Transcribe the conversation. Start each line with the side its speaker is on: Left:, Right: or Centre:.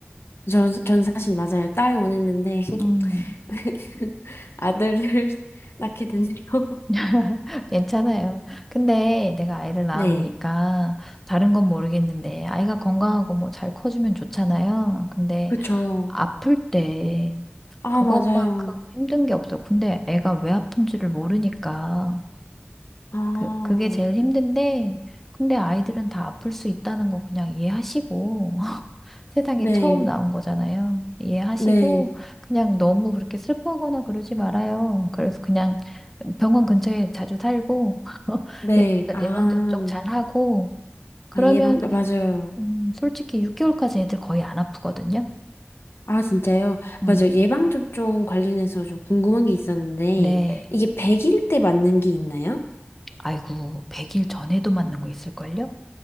Left: 전, 전 사실 맞아요. 딸 원했는데.
Centre: 음,
Left: <laughs> 아들을 낳게 됐네요. <laughs>
Centre: <laughs> 괜찮아요. 근데 내가 아이를 낳아보니까
Left: 네.
Centre: 다른 건 모르겠는데 아이가 건강하고 뭐 잘 커주면 좋잖아요. 근데
Left: 그쵸.
Centre: 아플 때
Left: 아,
Centre: 그것만큼
Left: 맞아요.
Centre: 힘든 게 없어. 근데 애가 왜 아픈지를 모르니까.
Left: 아,
Centre: 그, 그게 제일 힘든데, 근데 아이들은 다 아플 수 있다는 거 그냥 이해하시고, <laughs> 세상에
Left: 네.
Centre: 처음 나온 거잖아요. 이해하시고,
Left: 네.
Centre: 그냥 너무 그렇게 슬퍼하거나 그러지 말아요. 그래서 그냥 병원 근처에 자주 살고, <laughs>
Left: 네,
Centre: 예방접종
Left: 아,
Centre: 예방접종 잘 하고, 그러면,
Left: 아, 예방, 아, 맞아요.
Centre: 음, 솔직히 6개월까지 애들 거의 안 아프거든요.
Left: 아, 진짜요?
Centre: 음.
Left: 맞아요. 예방접종 관련해서 좀 궁금한 게 있었는데,
Centre: 네.
Left: 이게 100일 때 맞는 게 있나요?
Centre: 아이고, 100일 전에도 맞는 거 있을걸요?